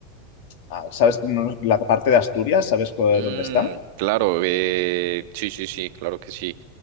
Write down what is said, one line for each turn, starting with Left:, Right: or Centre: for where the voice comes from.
Left: a- ¿sabes? No, La parte de Asturias, ¿sabes cu-
Right: Mm,
Left: dónde está?
Right: claro, eh, sí, sí, sí, claro que sí.